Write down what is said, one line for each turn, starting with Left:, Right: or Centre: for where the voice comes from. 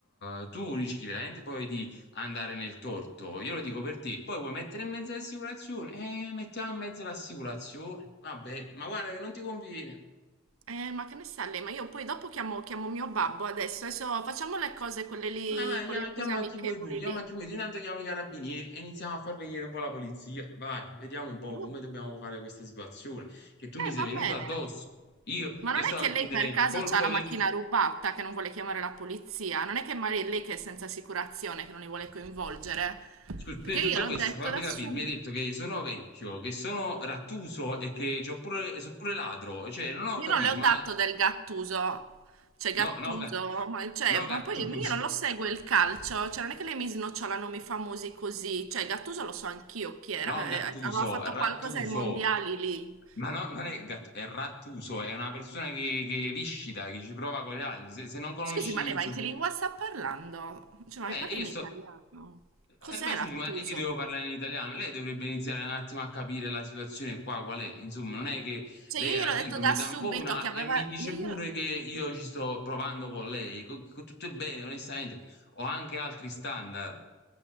Left: eh, tu rischi veramente poi di andare nel torto. Io lo dico per te. Poi vuoi mettere in mezzo l'assicurazione? Eh, mettiamo in mezzo l'assicurazione. Vabbè, ma guarda che non ti conviene.
Right: Eh, ma che ne sa lei? Ma io poi dopo chiamo, chiamo mio babbo adesso. Adesso facciamo le cose, quelle lì,
Left: Vai, vai,
Right: quelle
Left: chiama, chiama
Right: cose amichevoli
Left: chi vuoi tu, chiama
Right: lì.
Left: chi vuoi tu. Intanto chiamo i carabinieri e iniziamo a far venire un po' la polizia. Vai, vediamo un po'
Right: Vabbè.
Left: come dobbiamo fare questa situazione. Che tu
Right: Eh,
Left: mi sei
Right: va
Left: venuto
Right: bene.
Left: addosso. Io,
Right: Ma
Left: io
Right: non
Left: stavo
Right: è che
Left: a
Right: lei
Left: prendere
Right: per
Left: il
Right: caso
Left: colpo
Right: ha la
Left: dietro.
Right: macchina rubata che non vuole chiamare la polizia? Non è che magari è lei che è senza assicurazione, che non li vuole coinvolgere?
Left: Scusa, prima
Right: Perché
Left: di
Right: io
Left: tutto
Right: gliel'ho
Left: questo,
Right: detto
Left: fammi
Right: da
Left: capire,
Right: subito.
Left: mi hai detto che sono vecchio, che sono rattuso e che c'ho pure, sono pure ladro, cioè non ho
Right: Io
Left: capito,
Right: non le ho
Left: ma
Right: dato del Gattuso, cioè
Left: No,
Right: Gattuso,
Left: no, Ga-
Right: ma, cioè,
Left: no Gattuso,
Right: ma poi io non lo seguo il calcio, cioè non è che lei mi snocciolano i famosi così, cioè Gattuso lo so anch'io chi era,
Left: non Gattuso,
Right: eh, aveva fatto
Left: Rattuso,
Right: qualcosa ai mondiali lì.
Left: ma no, non è Gattuso, è Rattuso, è una persona che, che viscida, che ci prova con gli altri, se, se non conosci...
Right: Scusi, ma lei
Left: insomma-
Right: ma in che lingua sta parlando? Cioè, ma
Left: Eh,
Right: mi parli
Left: io
Right: in
Left: sto...
Right: italiano? Cos'era
Left: eh, ma scusi,
Right: Gattuso?
Left: ma io devo parlare in italiano, lei dovrebbe iniziare un attimo a capire la situazione qua, qual è, insomma, non è che
Right: Cioè
Left: lei
Right: io
Left: arriva,
Right: gliel'ho detto da
Left: mi tampona
Right: subito che aveva...
Left: e mi dice
Right: Io glielo-
Left: pure che io ci sto provando con lei, con, con tutto il bene, onestamente, ho anche altri standard,